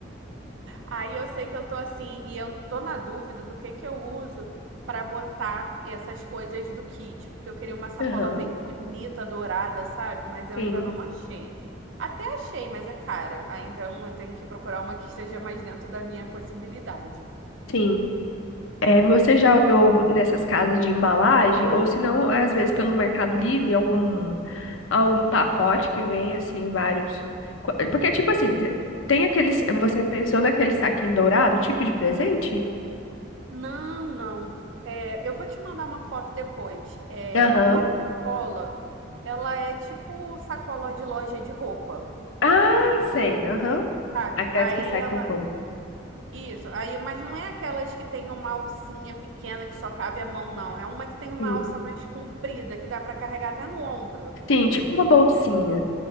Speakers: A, on the right; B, on the left.
A: Aí eu sei que eu tô assim, e eu tô na dúvida do que que eu uso pra botar essas coisas do kit, porque eu queria uma sacola
B: Aham.
A: bem bonita, dourada, sabe? Mas eu
B: Sim,
A: ainda não achei. Até achei, mas é cara. Aí então eu tenho que procurar uma que esteja mais dentro da minha possibilidade.
B: sim. É, você
A: Aí
B: já olhou nessas casas de embalagem? Ou se não, às vezes pelo Mercado Livre, algum, algum pacote que vem, assim, vários. co- Porque, tipo assim, tem aqueles. Você pensou naquele saquinho dourado, tipo de presente?
A: Não, não. É, eu vou te mandar uma foto depois. É
B: Aham.
A: uma sacola. Ela é tipo sacola de loja de roupa,
B: Ah, sei. Aham.
A: sabe?
B: Aquelas
A: Aí
B: que saem
A: ela.
B: com pão.
A: Isso, aí, mas não é aquelas que tem uma alcinha pequena que só cabe a mão, não. É uma que tem uma
B: Sim.
A: alça mais comprida, que dá para carregar até no ombro.
B: Sim, tipo uma bolsinha.